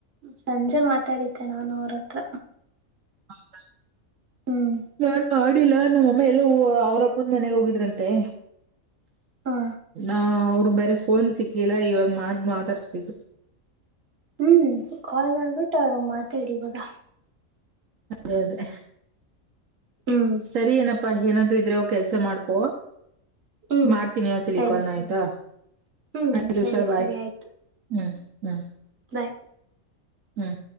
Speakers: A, on the right; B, on the right.
A: ಸಂಜೆ ಮಾತಾಡಿದ್ದೆ ನಾನು ಅವ್ರ ಹತ್ರ.
B: <inaudible>
A: ಹ್ಮ್.
B: ನಾನ್ ಮಾಡಿಲ್ಲಾ ನಮ್ಮಮ್ಮ ಎಲ್ಲೋ ಅವ್ರ ಅಪ್ಪನ ಮನೆಗ್ ಹೋಗಿದ್ರಂತೆ.
A: ಹ
B: ನಾ ಅವರು ಬೇರೆ ಫೋನ್ ಸಿಕ್ಲಿಲ್ಲ ಇವಾಗ ಮಾಡ ಮಾತಾಡ್ಸ್ಬೇಕು.
A: ಹ್ಮ್ ಕಾಲ್ ಮಾಡ್ಬಿಟ್ಟು ಅವರ ಮಾತಾಡಿ ಇವಾಗ.
B: ಅದೇ ಅದೇ
A: ಹ್ಮ್
B: ಸರಿ ಏನಪ್ಪ ಪ್ಪಾ ಏನಾದ್ರೂ ಇದ್ರೆ ಹೋಗಿ ಕೆಲ್ಸ ಮಾಡ್ಕೊ
A: ಹ್ಮ್
B: ಮಾಡ್ತೀನಿ ಇನ್ನೊಂದು ಸಲಿ
A: ಸರಿ
B: ಕಾಲ್
A: ಸರಿ
B: ಆಯ್ತಾ.
A: ಹ್ಮ್
B: ಆಯ್ತು
A: ಸರಿ
B: ಹುಷಾರು ಬಾಯ
A: ಸರಿ ಆಯ್ತು
B: ಹ್ಮ್ ಹ್ಮ್
A: ಬಾಯ್.
B: ಹ್ಮ್.